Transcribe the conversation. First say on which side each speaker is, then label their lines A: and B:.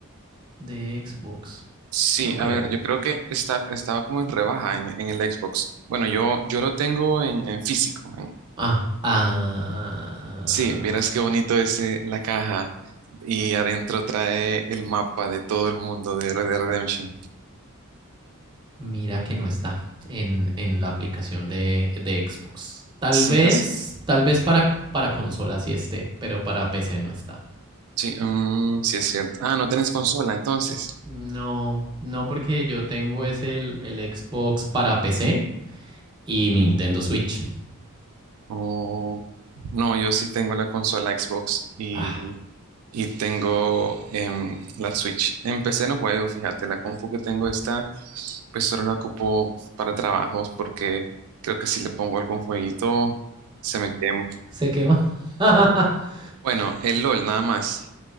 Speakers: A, on the right; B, on the right.
A: de Xbox.
B: sí,
A: No creo.
B: a ver, yo creo que está, estaba como en rebaja en, en el Xbox. Bueno, yo, yo lo tengo en, en físico. en-
A: Ah, ah.
B: sí, vieras qué bonito es eh, la caja y adentro trae el mapa de todo el mundo de Red Dead Redemption.
A: Mira que no está en, en la aplicación de, de Xbox. Tal
B: Sí,
A: vez,
B: es,
A: tal vez para, para consola sí esté, pero para PC no está.
B: sí, mm, sí es cierto. Ah, no tenés consola entonces.
A: No, no, porque yo tengo es el, el Xbox para PC y mi Nintendo Switch.
B: Oh, no, yo sí tengo la consola Xbox y,
A: Ah,
B: y tengo em, la Switch. En PC no juego, fíjate, la compu que tengo está, pues solo la ocupo para trabajos porque creo que si le pongo algún jueguito se me quema.
A: se quema. <laughs>
B: Bueno, el LOL nada más,